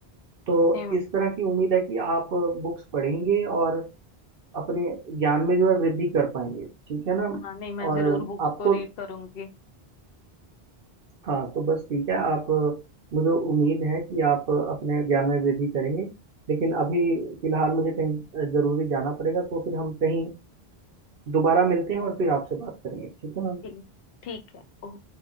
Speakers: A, on the right; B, on the left.
A: तो
B: नहीं
A: इस तरह की उम्मीद है कि आप बुक्स पढ़ेंगे और अपने ज्ञान में जो है वृद्धि कर पाएंगे ठीक है ना
B: हाँ नहीं मैं
A: और
B: जरूर बुक्स
A: आपको
B: को रीड करूंगी
A: हाँ तो बस ठीक है आप मुझे उम्मीद है कि आप अपने ज्ञान में वृद्धि करेंगे लेकिन अभी फिलहाल मुझे कहीं ज़रूरी जाना पड़ेगा तो फिर हम कहीं दोबारा मिलते हैं और फिर आपसे बात करेंगे ठीक है मैम
B: जी ठीक है ओ-